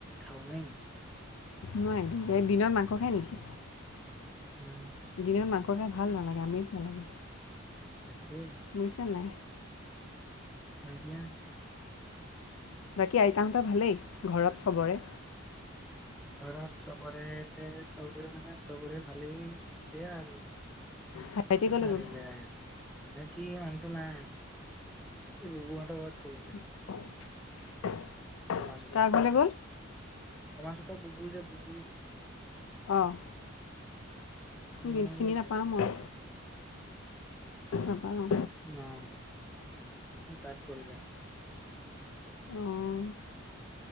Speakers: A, in the centre; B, on the left.
A: খাব নোৱাৰি নেকি?
B: নাই, দিনত মাংস খায় নেকি?
A: উম।
B: দিনত মাংস খাই ভাল নালাগে, আমেষ নালাগে।
A: একেই।
B: বুইছা নাই?
A: আইডিয়া।
B: বাকী আইতাহঁতৰ ভালেই ঘৰত চবৰে।
A: ঘৰত চবৰে চবৰে মানে চবৰে ভালেই আছে আৰু।
B: ভাইটি
A: কি
B: ক'লৈ
A: ভাবিবা
B: গ'ল
A: আৰু ভাইটি মানুহতটো নাই। এই বোবো হেতৰ ঘৰত গ'ল বোলে।
B: <unintelligible>
A: কমা চুপা
B: কাৰ ঘৰলৈ গ'ল
A: কমা চুপা বুবু যে বুবু
B: অৱ। দিন
A: মই
B: চিনি নাপাওঁ মই, নাপাওঁ।
A: নাই অ তাত গলগে।
B: অঁ